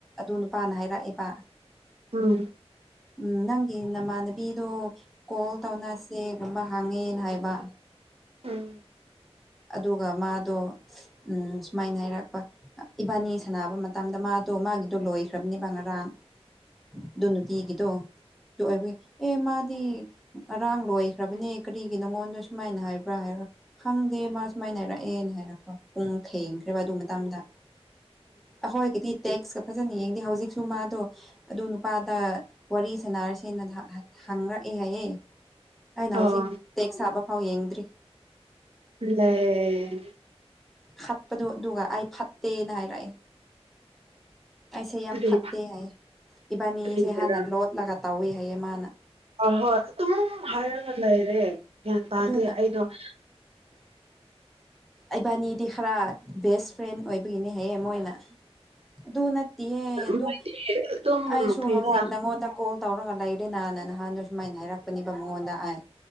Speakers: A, in the centre; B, on the right.
A: ꯑꯗꯨ ꯅꯨꯄꯥꯅ ꯍꯥꯏꯔꯛꯑꯦꯕ
B: ꯎꯝ
A: ꯎꯝ ꯅꯪꯒꯤ ꯅꯃꯥꯟꯅꯕꯤꯗ ꯀꯣꯜ ꯇꯧꯅꯁꯦ ꯀꯨꯝꯕ ꯍꯥꯡꯉꯦꯅ ꯍꯥꯏꯕ
B: ꯎꯝ
A: ꯑꯗꯨꯒ ꯃꯥꯗꯣ ꯎ ꯁꯨꯃꯥꯏꯅ ꯍꯥꯏꯔꯛꯄ ꯏꯕꯥꯅꯤ ꯁꯥꯟꯅꯕ ꯃꯇꯝꯗ ꯃꯥ ꯑꯗꯣ ꯃꯥꯒꯤꯗꯣ ꯂꯣꯏꯈ꯭ꯔꯕꯅꯦꯕ ꯉꯔꯥꯡ ꯑꯗꯨ ꯅꯨꯡꯇꯤꯒꯤꯗꯣ ꯑꯗꯨꯕꯨꯏ ꯑꯦ ꯃꯥꯗꯤ ꯑꯔꯥꯡ ꯂꯣꯏꯈ꯭ꯔꯕꯅꯦ ꯀꯔꯤꯒꯤ ꯅꯉꯣꯟꯗ ꯁꯨꯃꯥꯏꯅ ꯍꯥꯏꯕ꯭ꯔꯥ ꯍꯥꯏꯔ ꯦ ꯃꯥ ꯁꯨꯃꯥꯏꯅ ꯍꯥꯏꯔꯛꯑꯦꯅ ꯍꯥꯏꯔꯛꯄ ꯄꯨꯡ ꯊꯦꯡꯈ꯭ꯔꯦꯕ ꯑꯗꯨ ꯃꯇꯗ ꯍꯣꯏ ꯀ ꯇꯦꯛꯁ ꯀ ꯐꯖꯅ ꯌꯦꯡꯗꯦ ꯍꯧꯖꯤꯛꯁꯨ ꯃꯥꯗꯣ ꯑꯗꯨ ꯅꯨꯄꯥꯗ ꯋꯥꯔꯤ ꯁꯅꯔꯁꯦꯅ ꯍꯪꯉꯛꯑꯦ ꯅ
B: <inaudible>
A: ꯑꯩꯅ ꯍꯧꯖꯤꯛ
B: ꯎꯝ ꯑꯣ
A: ꯇꯦꯛꯁ ꯍꯥꯞꯕ ꯐꯥꯎ ꯌꯦꯡꯗ꯭ꯔꯤ
B: ꯑ
A: ꯐꯠꯄꯗꯨ ꯑꯗꯨꯒ ꯑꯩ ꯐꯠꯇꯦꯅ ꯍꯥꯏꯔꯥꯏ ꯑꯩꯁꯦ ꯌꯥꯝ
B: ꯀꯔꯤ
A: ꯐꯠꯇꯦ ꯍꯥꯏꯌꯦ ꯏꯕꯥꯅꯤꯁꯦ
B: ꯀꯔꯤꯒꯤꯔꯥ
A: ꯍꯥꯟꯅ ꯂꯣꯠꯂꯒ ꯇꯧꯋꯦ ꯍꯥꯏꯌꯦꯦ ꯃꯥꯅ
B: ꯍꯣꯏ ꯍꯣꯏ ꯑꯗꯨꯝ ꯍꯥꯏꯔꯒ ꯂꯩꯔꯦ ꯒ꯭ꯌꯥꯟ ꯇꯥꯗꯤ
A: ꯑꯗꯨꯅ
B: ꯑꯩꯗꯣ <inaudible>
A: ꯑꯩꯕꯥꯅꯤꯗꯤ ꯈꯔ ꯕꯦꯁ ꯐ꯭ꯔꯦꯟ ꯑꯣꯏꯕꯒꯤꯅꯦ ꯍꯥꯏꯌꯦ ꯃꯣꯏꯅ ꯑꯗꯨ ꯅ ꯏꯌꯦ ꯑꯗꯨ
B: ꯃꯣꯏꯗꯤ ꯑꯗꯨꯝ
A: ꯑꯩꯁꯨ
B: ꯀ꯭ꯔꯤꯔꯥ
A: ꯍꯧꯖꯤꯛ ꯅꯪꯉꯣꯟꯗ ꯀꯣꯜ ꯇꯧꯔꯒ ꯂꯩꯔꯦꯅꯥꯅ ꯅꯍꯥꯟ ꯁꯨꯃꯥꯏꯅ ꯍꯥꯏꯔꯛꯄꯅꯦꯕ ꯃꯉꯣꯟꯗ ꯑ